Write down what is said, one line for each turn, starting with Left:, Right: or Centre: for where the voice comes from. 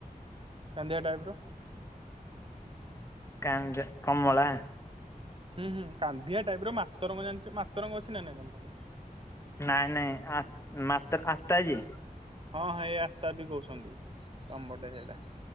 Right: କାନ୍ଦିଆ ଟାଇପ ର।
Left: କାଙ୍ଗା କମଳା।
Right: ହୁଁ ହୁଁ କାନ୍ଦିଆ ଟାଇପ ର ମାତ ରଙ୍ଗ ଜାଣିଚ ମାତରଙ୍ଗ ଅଛି ନା ନାଇଁ ତମ ପଟେ?
Left: ନାଇଁ ନାଇଁ ଆ ମାତର ଆତାଜୀ?
Right: ହଁ ହଁ ଏଇ ଆତାବି କହୁଛନ୍ତି ତମ ପଟେ ସେଇଟା।